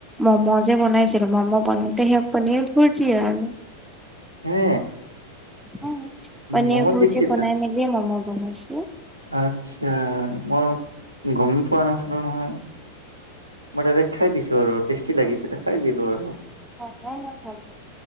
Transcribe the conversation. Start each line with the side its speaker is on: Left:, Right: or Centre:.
Centre: ম'ম যে বনাইছিলো ম'ম বনাওঁতে সেই পনীৰ ভুৰ্জি আৰু
Right: হে
Centre: পনীৰ
Right: মম'
Centre: ভূৰ্জি
Right: দিছিল
Centre: বনাই মিলি ম'ম বনাইছো।
Right: আচ্ছা মই গমে পোৱা নাছিলো নহয়। মই ডাইৰেক্ট খাই দিছো আৰু টেষ্টি লাগিছিল খাই দিলো আৰু।
Centre: হয় ন' <unintelligible>